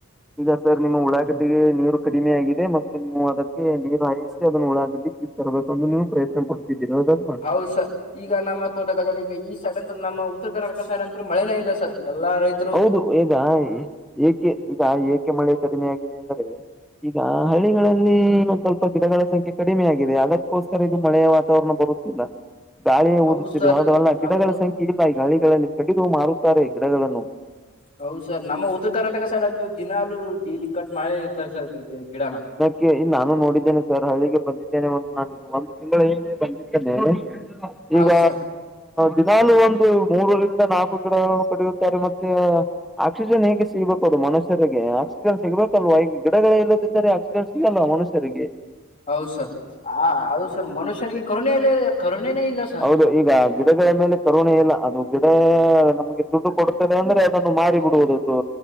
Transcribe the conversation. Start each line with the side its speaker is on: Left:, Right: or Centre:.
Centre: ಈಗ ಸರ್ ನಿಮ್ಮ ಉಳ್ಳಾಗಡ್ಡಿಗೆ ನೀರು ಕಡಿಮೆ ಆಗಿದೆ ಮತ್ತೆ ನೀವು ಅದಕ್ಕೆ ನೀರು ಹಾಯಿಸಿ ಅದನ್ನು ಉಳಾಗಡ್ಡಿ. ಇ ತರಬೇಕಂದು ನೀವು ಪ್ರಯತ್ನ ಪಡ್ತಿದ್ದೀರಿ ಹೌದಲ್ಲ.
Left: ಹೌದ್ ಸ. ಈಗ ನಮ್ಮ ತೋಟಗಜಾಲಕ್ಕೆ ಈ ಸೈಡ್ ಅಂತ ನಮ್ಮ ಉತ್ತರ ಕರ್ನಾಟಕ ಸೈಡ್ ಅಂತ್ರ ಮಳೆನೇ ಇಲ್ಲ ಸರ್ ಎಲ್ಲ ರೈತ
Centre: ಹೌದು ಈಗ ಏಕೆ ಈಗ ಏಕೆ ಮಳೆ ಕಡಿಮೆ ಆಗಿದೆ ಅಂದರೆ. ಈಗ ಹಳ್ಳಿಗಳಲ್ಲಿ ಇನ್ನೊಂದ್ ಸ್ವಲ್ಪ ಗಿಡಗಳ ಸಂಖ್ಯೆ ಕಡಿಮೆ ಆಗಿದೆ ಅದಕ್ಕೋಸ್ಕರ ಇದು ಮಳೆಯ ವಾತಾವರಣ ಬರುತ್ತ ಇಲ್ಲ ಗಾಳಿಯೇ
Left: ಹೌದು
Centre: ಓದುತ್ತಿದೆ
Left: ಸರ್
Centre: ಹೌದೊ ಅಲ್ಲ
Left: ನಮ್ಮ
Centre: ಗಿಡಗಳ
Left: ಉತ್-
Centre: ಸಂಖ್ಯೆ. ಹಿಡಿದ ಈ ಗಾಳಿಗಳಲ್ಲಿ ಕಡಿದು ಮಾರುತ್ತಾರೆ ಗಿಡಗಳನ್ನು.
Left: ಹೌದು ಸರ್ ನಮ್ಮ ಉತ್ತರ ಕರ್ನಾಟಕ ಸೈಡ್ ಅಂತು ದಿನಾಲೂ ಡೇಲಿ ಕಟ್ ಮಾಡೆ ಇರ್ತಾರೆ ಸರ್ ಗಿಡನ.
Centre: ಗೆ ನಾನು ನೋಡಿದ್ದೇನೆ ಸರ್ ಹಳ್ಳಿಗೆ ಬಂದಿದ್ದೇನೆ ಒಂದು ನಾನು ಒಂದ್ ತಿಂಗಳ ಹಿಂದೆ ಬಂದಿದ್ದೇನೆ
Left: ಹೌದು
Centre: ಈಗ.
Left: ಸರ್
Centre: ದಿನಾಲೂ ಒಂದು ಮೂರರಿಂದ ನಾಕು ಗಿಡಗಳನ್ನು ಕಡಿಯುತ್ತಾರೆ ಮತ್ತು. ಆಕ್ಸಿಜನ್ ಹೇಗೆ ಸಿಗ್ಬೇಕು ಅದು ಮನುಷ್ಯರಿಗೆ ಆಕ್ಸಿಜನ್ ಸಿಗ್ಬೇಕಲ್ವಾ ಈ ಗಿಡಗಳೇ ಇಲ್ಲದ <unintelligible> ಸಿಗಲ್ಲ ಮನುಷ್ಯರಿಗೆ.
Left: ಹೌದ ಸರ್ ಆ ಅದು ಸರ್ ಮನುಷ್ಯನಿಗೆ ಕರುಣೆ ಇಲ್ಲ ಕರುಣೆನೇ ಇಲ್ಲ. ಸರ್
Centre: ಹೌದು ಈಗ. ಗಿಡಗಳ ಮೇಲೆ ಕರೋಣೆ ಇಲ್ಲ ಅದು ಗಿಡ ನಮಗೆ ದುಡ್ಡು ಕೊಡ್ತದೆ ಅಂದ್ರೆ ಅದನ್ನು ಮಾರಿ ಬಿಡುವುದು.